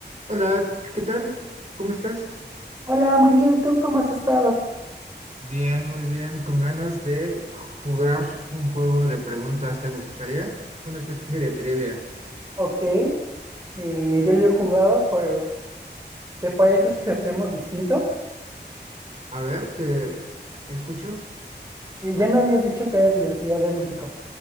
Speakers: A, on the right (about 40°); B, on the right (about 20°).
A: Hola, ¿qué tal? ¿Cómo estás?
B: Hola, muy bien. ¿Y tú cómo has estado?
A: Bien, muy bien, con ganas de jugar un juego de preguntas. ¿Te gustaría? Una especie de trivia.
B: Ok, eh, ya lo he jugado, pero ¿te parece <laughs> si lo hacemos distinto?
A: A ver, te escucho.
B: Eh, ya me habías dicho que eres de la Ciudad de México.